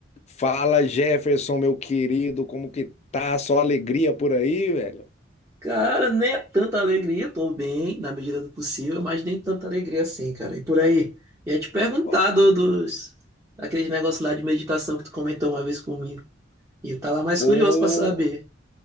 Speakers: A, on the left; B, on the right.
A: Fala Jefferson, meu querido, como que tá? Só alegria por aí, velho?
B: Cara, nem é tanta alegria, tô bem na medida do possível, mas nem tanta alegria assim, cara. E por aí, ia te perguntar
A: Ó,
B: do, dos daquele negócio lá de meditação que tu comentou uma vez comigo. E eu tava mais
A: Pô,
B: curioso pra saber.